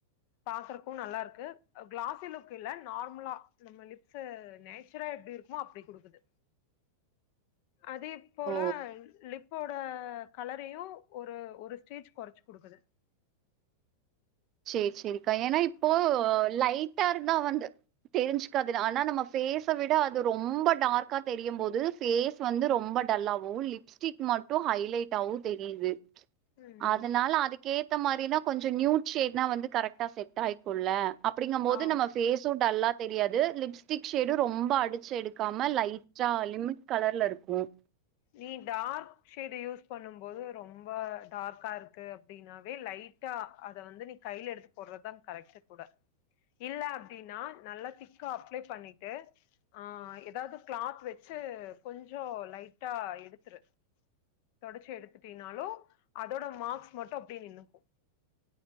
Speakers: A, on the left (about 45°); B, on the right (about 35°).
A: பாக்கறக்கு நல்லாருக்கு க்ளாசி லுக் இல்ல நார்மலா நம்ம லிப்ஸு நாச்சுரா எப்டி இருக்குமோ அப்டி குடுக்குது அதே போல
B: ஓ!
A: லிப் போட கலரையு ஒரு ஒரு ஸ்டேஜ் கொறச்சு குடுக்குது
B: செரி செரி க்கா ஏன்னா இப்போ லைட் ட்டா இருந்தா வந்து தெரிஞ்சுக்காது ஆனா நம்ம ஃபேஸ விட அது ரொம்ப டார்க்கா தெரியும் போது ஃபேஸ் வந்து ரொம்ப டல்லாவும் லிப்ஸ்டிக் மட்டும் ஹைலைட்டாவும் தெரியுது
A: ம்
B: அதனால அதுக்கே எத்த மாதிரினா கொஞ்சம் நியூட் ஷேட்னா வந்து கரெக்டா செட் ஆயிக்கும்ல்ல அப்படிங்கம் போது
A: ஆ
B: நம்ம ஃபேஸும் டல்லா தெரியாது லிப்ஸ்டிக் ஷேடு ரொம்ப அடுத் ச்செடுக்காம லைட்டா லிமிட் கலர்ல இருக்கும்
A: நீ டார்க் ஷேடு யூஸ் பண்ணும் போது ரொம்ப டார்க்கா இருக்கு அப்பிடின்னாவே லைட்டா அத வந்து நீ கையில எடுத்து போட்றதுதா கரெக்ட்டு கூட இல்ல அப்பிடின்னா நல்லா திக்கா அப்ளை பண்ணிட்டு ஆஹ் ஏதாவது கிளாத் வச்சு கொஞ்சோ லைட் ட்டா எடுத்துரு தொடச்சி எடுத்துட்டீன்னாலு அதோட மார்க்ஸ் மட்டு அப்பிடியே நின்னுக்கும்